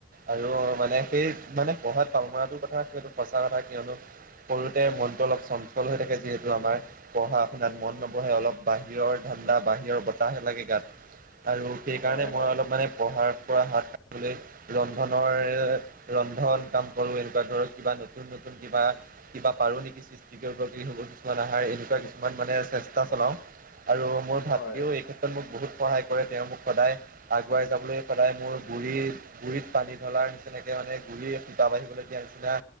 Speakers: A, on the right; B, on the left.
A: আৰু মানে সেই মানে পঢ়াত পাল মৰাটো কথাটো সঁচা কথা কিয়নো সৰুতে মনটো অলপ চঞ্চল হৈ থাকে যিহেতু আমাৰ পঢ়া-শুনাত মন নবহে অলপ বাহিৰৰ ধ ঠাণ্ডা বাহিৰৰ বতাহ আহি লাগে গাত আৰু সেইকাৰণে
B: হয়
A: মই
B: হয়
A: অলপ মানে পঢ়াৰ হাত সাৰিবলৈ ৰন্ধনৰ ৰন্ধন কাম কৰো এনেকুৱা ধৰক কিবা নতুন নতুন কিবা কিবা পাৰো নেকি সৃষ্টি কৰিব কি হ'ব কিছুমান আহাৰ এই কিছুমান মানে চেষ্টা চলাও আৰু মোৰ ভাতৃও
B: হয়
A: এই ক্ষেত্ৰত মোক বহুত সহায় কৰে তেওঁ মোক সদায় আগুৱাই যাবলৈ সদায় মোৰ গুড় গুৰিত পানী ধলাৰ নিচিনাকৈ মানে গুৰি সূপা বাঢ়িবলৈ দিয়া নিচিনা